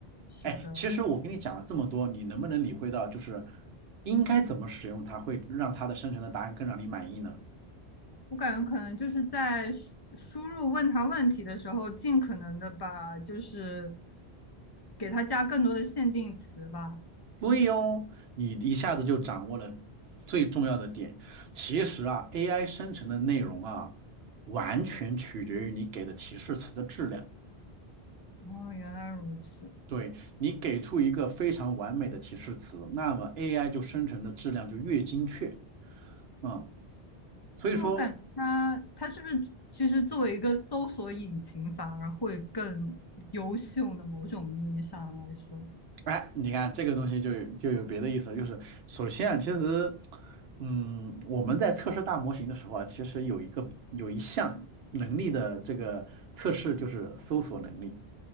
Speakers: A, on the left; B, on the right.
A: 是的，
B: 哎，其实我跟你讲了这么多，你能不能理会到，就是应该怎么使用它，会让它的生成的答案更让你满意呢？
A: 我感觉可能就是在输输入问他问题的时候，尽可能的把就是给他加更多的限定词吧。
B: 对哦，你一下子就掌握了最重要的点。其实啊，AI 生成的内容啊，完全取决于你给的提示词的质量。
A: 哦，原来如此。
B: 对，你给出一个非常完美的提示词，那么 AI 就生成的质量就越精确。嗯，所以说
A: 那我感觉它它是不是其实作为一个搜索引擎，反而会更优秀呢？某种意义上来说，
B: 哎，你看这个东西就有就有别的意思了就是首先啊，其实，嗯，我们在测试大模型的时候啊，其实有一个有一项能力的这个测试就是搜索能力，